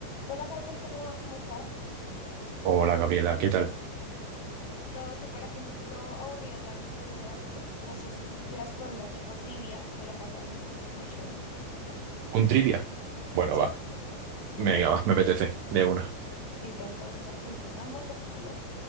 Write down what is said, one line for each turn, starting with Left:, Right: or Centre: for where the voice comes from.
Left: Hola Gabriel, ¿cómo vas? ¿Cómo estás?
Right: Hola Gabriela, ¿qué tal?
Left: Todo súper aquí, un poquito aburrida ya antes de irme a dormir. No sé si quieras jugar un ratico trivia, me la pasaron y creo que está como chévere.
Right: ¿Un trivia? Bueno,
Left: Sí,
Right: va.
Left: de
Right: Venga,
Left: una.
Right: va, me apetece, de una.
Left: Listo, entonces aquí empezamos la partida.